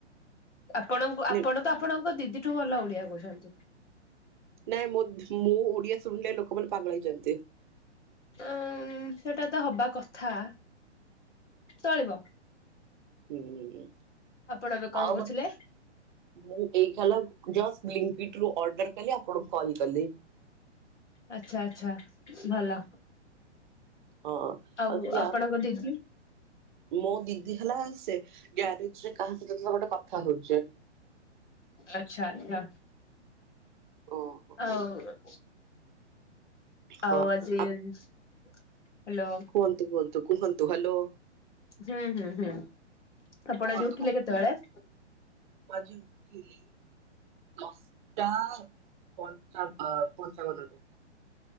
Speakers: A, on the left (about 80°); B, on the right (about 45°).
A: ଆପଣଙ୍କୁ
B: ନେ
A: ଆପଣ ତ ଆପଣଙ୍କ ଦିଦିଠୁ ଭଲ ଓଡ଼ିଆ କହୁଛନ୍ତି।
B: ନାଇଁ ମୋ ମୋ ଓଡ଼ିଆ ଶୁଣିଲେ ଲୋକମାନେ ପାଗଳ ହେଇଯାଆନ୍ତି।
A: ଉଁ ସେଟା ତ ହବା କଥା ଚଳିବ।
B: ହୁଁ।
A: ଆପଣ ଏବେ କଣ
B: ଆଉ
A: କରୁଥିଲେ?
B: ଗୋ ମୁଁ ଏଇଖାଲ ଜଷ୍ଟ ବ୍ଲିଙ୍କିଟରୁ ଅର୍ଡର କଲି ଆପଣଙ୍କୁ କଲ କଲି।
A: ଆଚ୍ଛା ଆଚ୍ଛା ଭଲ।
B: ହଁ
A: ଆଉ
B: ଯଦି
A: ଆପଣଙ୍କ
B: ଆପ୍
A: ଦିଦି?
B: ମୋ ଦିଦି ହେଲା ସେ ଗ୍ୟାରେଜରେ କାହା ସହିତ ଗୋଟେ କଥା ହଉଚି।
A: ଆଚ୍ଛା ଆଚ୍ଛା
B: ଓହୋ
A: ଆଉ ଆଉ
B: ହଁ
A: ଆଜି
B: ଆ
A: ହ୍ୟାଲୋ
B: କୁହନ୍ତୁ କୁହନ୍ତୁ କୁହନ୍ତୁ ହ୍ୟାଲୋ
A: ହୁଁ ହୁଁ ହୁଁ ଆପଣ
B: କୁହନ୍ତୁ
A: ଆଜି ଉଠିଲେ
B: କୁହନ୍ତୁ
A: କେତେବେଳେ?
B: ମୁଁ ଆଜି ଉଠିଲି ଦଶଟା ପ ଞ୍ଚଟା ପାଞ୍ଚବନରେ।